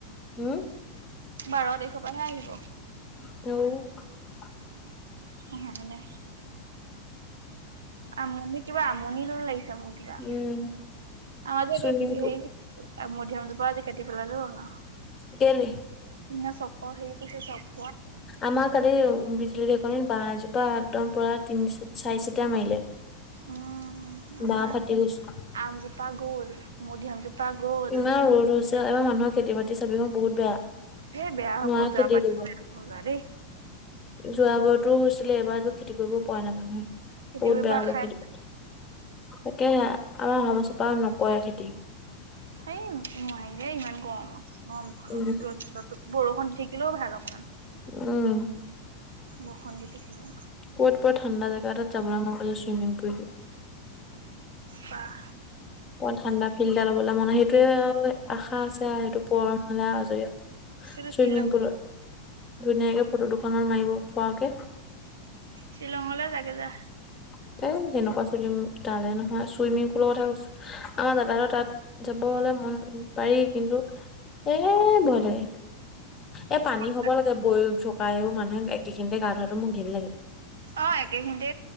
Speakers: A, on the left; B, on the right.
A: উম
B: বাৰ তাৰিখৰপাহে আহিব।
A: <unintelligible>
B: নহয় মানে, আমণি কিবা আ আমনি দৰে লাগিছে মোৰ কিবা।
A: উম
B: আমাৰ যে
A: চুইমিং
B: কে-হেৰি
A: পুল
B: মধিআমজোপা আজি কাটি পেলালে অ' আমা।
A: কেলে?
B: সিদিনা চক্ৰৰ হেৰী পৰিছে চক
A: আমাৰ কালি বিজুলী <unintelligible> <unintelligible> বাঁহ এজোপা একদম পৰা তিনি চা-চাৰি চিটা মাৰিলে।
B: উম, আমাৰ
A: বাঁহ ফাটি গৈছে।
B: আমজোপা গ'ল। মধিয়ামজোপা গ'ল
A: ইমান ৰ'দ হৈছে, এইবাৰ মানুহৰ খেতি বাতি চাবিচোন বহুত বেয়া।
B: সেই বেয়া হ'ব
A: নোৱাৰা
B: যোৱাবাৰতকৈ
A: খেতি কৰিব,
B: বেয়া হ'ব যোৱা দেই
A: যোৱা বাৰত তৈ হৈছিলে এবাৰতো খেতি কৰিব পৰা নাই মানুহে
B: খেতি
A: বহুত
B: কৰিব
A: বেয়া
B: আশাই
A: হ'ব খেতি তাকেহে, আমাৰ অহা বছৰ পা নকৰে খেতি।
B: এই নোৱাৰি দে ইমান গৰমত। গৰমখনত
A: উম
B: ৰদ চদো' বৰষুণ থাকিলেও ভাল অকমান।
A: উম।
B: বৰষুণ দি থাকিলে
A: ক'ত পুৰা ঠাণ্ডা জেগা এটাত যাবলৈ মন গৈছে ছুইমিং পুল
B: বাহ
A: অকনমান ঠাণ্ডা ফিলটা ল'বলে মন, সেইটোৱে আৰু আশা আছে আৰু সেইটো পূৰণ হ'লে আও আজৰি
B: সেইটো
A: চুইমিং
B: শ্বিলং
A: পুলত, ধুনীয়াকে ফটো দুখনমান মাৰিব পৰাকে
B: শ্বিলঙলৈ যাগে যা।
A: এ সেনেকুৱা চলিম তালে নহয় চুইমিং পুলৰ কথা কৈছো, আমাৰ দাদা তাত যাব অলপ ম পাৰি কিন্তু এ ভয় লাগে। এ পানী হ'ব
B: যা
A: লাগে বৈ থকা, এইবোৰ মানুহে একেখিনিতে গা ধোৱাটো মোৰ ঘৃণ লাগে।
B: অ', একে খিনিতে